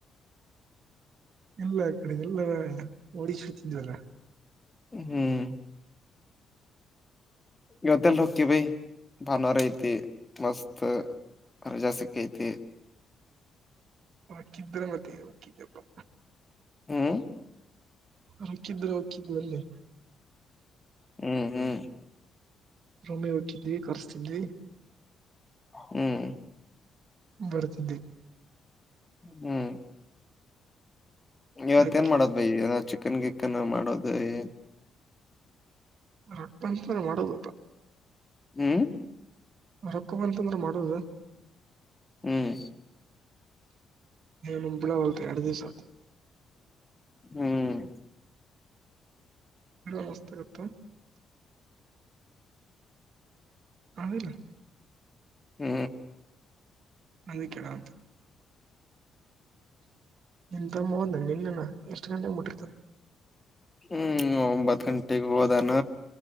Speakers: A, on the right; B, on the left.
A: ಇಲ್ಲ ಕಡೆಗೆಲ್ಲ ಓಡಿಶ್ ತಿಂದ್ವಲ್ಲ.
B: ಹ್ಮ್ ಇವತ್ತೆಲ್ ಹೋಕ್ಕಿ ಬಿ. ಬಾನುವಾರ್ ಐತಿ ಮಸ್ತ್ ರಜಾ ಸಿಕ್ಕ್ ಐತಿ.
A: ಹಕ್ಕಿದ್ರ ಮತ್ತೆ ಅಕ್ಕಿದಪ್ಪ.
B: ಹ್ಮ್.
A: ಹಾಕ್ಕಿದ್ದು ಹಾಕ್ಕಿದ್ದಾರೆ ಎಲ್
B: ಹ್ಮ್ ಹ್ಮ್.
A: ರೊಮಿಗ್ ಒಕ್ಕಿದ್ವಿ ಕರ್ಸ್ತಿದ್ವಿ.
B: ಹ್ಮ್.
A: ಬಡತಿದ್ವಿ.
B: ಹ್ಮ್. ಇವತ್ತ್
A: ಅಕ್ಕಿ
B: ಏನ್ ಮಾಡೋದ್ ಬೈ ಇಗಾ ಚಿಕನ್ ಗಿಕನ್ ಮಾಡೋದ ಏನ್.
A: ರಪ್ಪ ಅಂತ್ರ ಮಾಡದಪ್ಪ
B: ಹ್ಮ್
A: ರೊಕ್ಕ ಅಂತಂದ್ರೆ ಮಾಡದು
B: ಹ್ಮ್
A: ನಂಬಿಳ ಒತ ಎರಡು ದಿವ ಸಾ
B: ಹ್ಮ್
A: ಮಸ್ತ ಕೊತ ಹ ಹೇಳಲಿ
B: ಹ್ಮ್
A: ಅಂದು ಕಡಾಗತ ನಿನ್ ತಮ್ಮ ಹೋದ ನಿನ್ನನ ಎಷ್ಟು ಗಂಟೆಗೆ ಮುಟ್ಟಿರ್ತ
B: ಹ್ಮ್ ಒಂಬತ್ ಗಂಟೆೆಗೆ ಹೋದಾನ